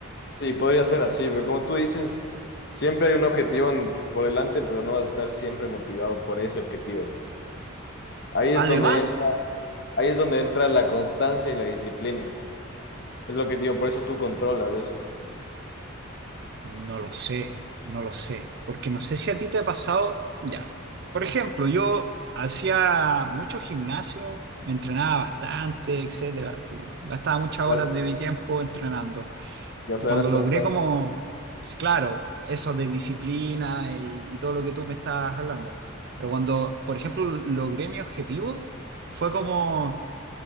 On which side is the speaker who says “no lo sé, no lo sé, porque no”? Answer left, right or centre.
Right